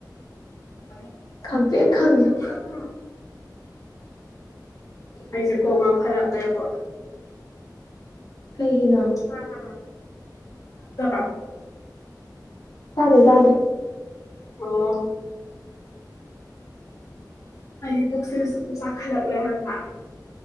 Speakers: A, on the left (about 45°); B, on the left (about 85°).
A: ꯑ <unintelligible> <inaudible>
B: ꯈꯪꯄꯦ ꯈꯪꯉꯦ
A: <unintelligible> <inaudible> ꯑꯩꯁꯦ ꯀꯣꯛ ꯉꯥꯎ ꯐꯠꯂꯛꯂꯦꯕꯣ
B: ꯀꯩꯒꯤꯅꯣ
A: ꯇꯤꯗꯕ꯭ꯔꯣ <unintelligible> <inaudible>
B: ꯇꯥꯗꯦ ꯇꯥꯗꯦ
A: ꯑꯣ <unintelligible> <inaudible> ꯍꯥꯏꯗꯤ ꯄꯨꯛꯁꯤ ꯁꯨꯝ ꯆꯥꯈꯠꯂꯛꯂꯦ ꯍꯥꯏꯕ